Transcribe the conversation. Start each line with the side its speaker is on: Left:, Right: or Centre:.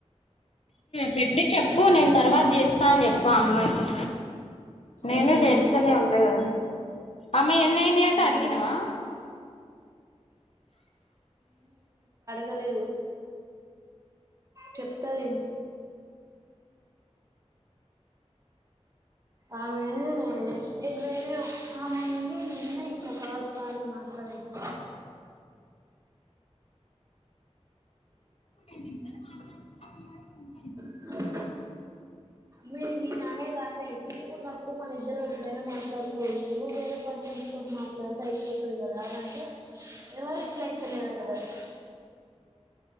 Left: పెట్టి చెప్పు నేను తర్వాత చేస్తాను చెప్పు ఆ అమ్మాయికి నేను
Right: ఉమ్
Left: చేస్తూనే ఉంటా కద ఆమె ఎన్నైనాయి అట
Right: ఉమ్
Left: అడిగినవా
Right: గలేదు చెప్తదేమో ఆమె ఎన్ని అయినయో ఆమె ఈ ఉన్నాయి ఇంకా కాల్స్ బానే మాట్లాడేటివి
Left: మీరిద్దరూ మాట్లాడుతున్నానే ఉన్నారు ఇంకా
Right: లా మీ నేననేది అదే ఫ్రీగ ఉన్నప్పుడు మన ఇద్దరం ఎప్పుడైనా మాట్లాడుకోవచ్చు వేరే పర్సన్స్తోటి మాట్లాడితే అయిపోతది కదా అని అంటే ఎవరు రిప్లై ఇత్తలేరట దానికి